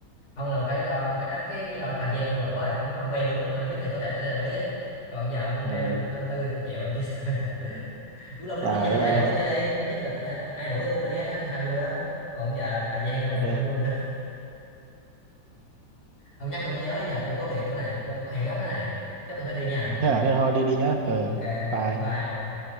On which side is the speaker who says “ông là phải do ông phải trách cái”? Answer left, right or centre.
Left